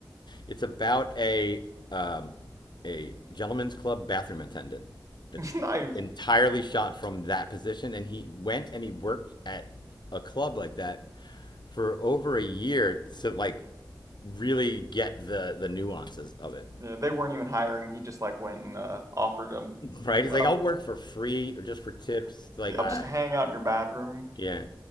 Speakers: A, on the left (about 65°); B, on the right (about 45°).
A: It's about a um, a gentleman's club bathroom attendant. It's
B: <laughs> nice.
A: entirely shot from that position, and he went and he worked at a club like that for over a year to like really get the the nuances of it.
B: Yeah, they weren't even hiring. He just like went and uh, offered them.
A: Right? He's
B: Up.
A: like, I'll work for free or just for tips. Like,
B: Yeah,
A: I
B: I'll just hang out in your bathroom.
A: yeah.